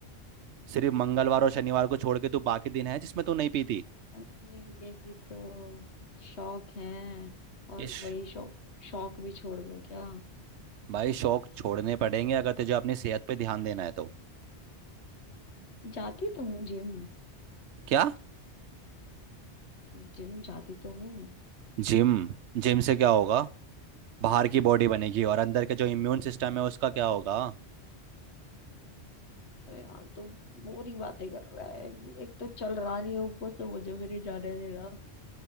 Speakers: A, on the right; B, on the left.
A: सिर्फ मंगलवार और शनिवार को छोड़ के तू बाकी दिन है जिसमें तू नहीं पीती
B: अरे यही तो शौक है और
A: इश
B: वही शौक शौक भी छोड़ दूं क्या
A: भाई शौक छोड़ने पड़ेंगे अगर तुझे अपनी सेहत पे ध्यान देना है तो
B: जाती तो हूँ जिम
A: क्या
B: जिम जाती तो हूँ
A: जिम जिम से क्या होगा बाहर की बॉडी बनेगी और अंदर के जो इम्यून सिस्टम है उसका क्या होगा
B: अरे यार तू बोरिंग बातें कर रहा है एक तो चल रहा नहीं है ऊपर से मुझे भी नहीं जाने दे रहा